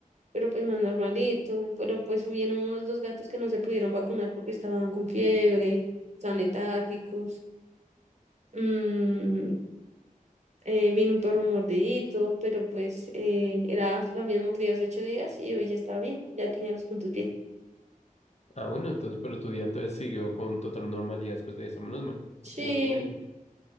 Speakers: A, on the right; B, on the left.
A: pero pues más normalito. Pero pues hubieron unos dos gatos que no se pudieron vacunar porque estaban con fiebre, estaban letárgicos. Mm, eh, vino un perro mordidito, pero pues eh, era, lo habían mordido hace ocho días y hoy ya estaba bien, ya tenía los puntos bien.
B: Ah, bueno, entonces, pero tu día entonces siguió con total normalidad después de eso, menos mal.
A: Sí,
B: O si no, tu mente.